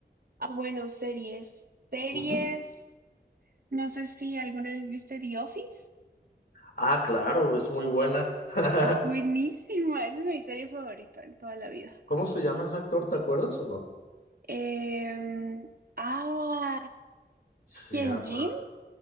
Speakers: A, on the right; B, on the left.
A: Ah, bueno, series. Series.
B: Ujú.
A: No sé si alguna vez viste The Office.
B: Ah, claro, es muy buena. <laughs>
A: Es buenísima, esa es mi serie favorita en toda la vida.
B: ¿Cómo se llama ese actor? ¿Te acuerdas o no?
A: Em, ah,
B: Se
A: ¿quién?
B: llama.
A: Jim,